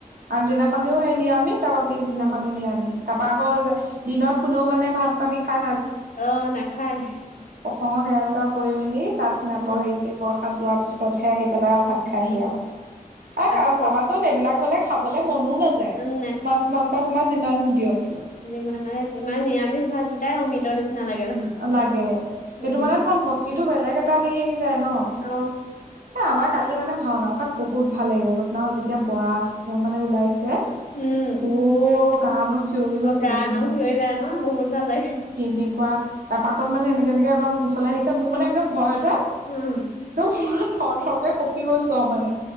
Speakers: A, on the right (about 80°); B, on the left (about 65°).
A: আগদিনাখনিও ই নিৰামিষ তাৰপৰা পিছদিনাখনিও
B: উম
A: নিৰামিষ। তাপা আকৌ যে দিনত কোনেও মানে ভাত পানী। খাই
B: অ নাখায়।
A: খনৰ সেৱা চেৱা কৰি মেলি তাত নপিছে
B: উম
A: প্ৰসাদ লোৱাৰ পিছতহে আহি পেলাই আৰু ভাত খাইহি
B: উম
A: আৰু
B: আকৌ
A: আৰু
B: প
A: চাবাচোন এইবিলাক হলে খাবলৈ। মনো নাযায়
B: উম
A: মাছ মাংস তোমাৰ যিমান দিয়ক কিয়।
B: ইমানে ইমান নিৰামিষ ভাত কেইটাই অমিতৃতৰ নিচিনা। লাগে আৰু।
A: লাগে
B: উম,
A: সেইটো মানে তোমাৰ ভক্তিটো বেলেগ এটা হেৰি আহি যায় ন।
B: অ
A: এ আমাৰ কালি মানে ভাওনা ভাগ বহুত ভাল লাগিলে কৈছোঁ নহয় আৰু যেতিয়া বৰা মানে ওলাইছে।
B: উম
A: অ' গা নোম সিঞৰি গৈছে
B: অ গায়
A: গৈছো
B: ন
A: নহয়
B: ভিৰ হয় যায় ন বহুত ভাল লাগে।
A: কেনেকুৱা এপাকত মানে এনেকে এনেকে এবাৰ মূৰ চললৈ আহিছে মোৰ মানে একদম ভয় উঠে একদম
B: উম
A: থৰ থৰকে কঁপি গৈছো আৰু মানে।